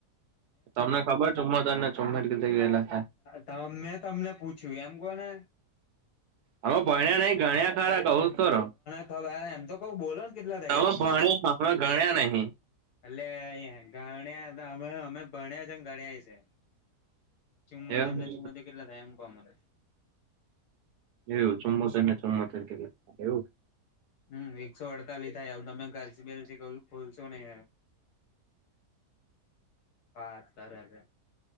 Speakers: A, on the right; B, on the left.
A: તમને ખબર ચુમોતેર ને ચુમો કેટલા થાય
B: તા મેં તમને પૂછ્યું એમ કોને
A: અમે ભણયા નહી ગણયા ખરા કઉ ખરો
B: પૂછવા ગયા એમ તો કઉ બોલો ને કેટલા થયા
A: તમે
B: ચુમોતેર
A: ભણ્યા અમે ગણ્યા નહીં
B: એટલે એ ગણ્યા અમે અમે ભણ્યા છેને ગણ્યા એ છે. ચુમોતેર
A: એવું
B: ને ચુમોતેર કેટલા થાય એમ કો મને
A: એવું ચુમોતેર ને ચુમોતેર એવું
B: હમ્મ એકસો અડતાલીસ થાય તમે <unintelligible> કઉ ભૂલશો નહિ. વાત કરે છે.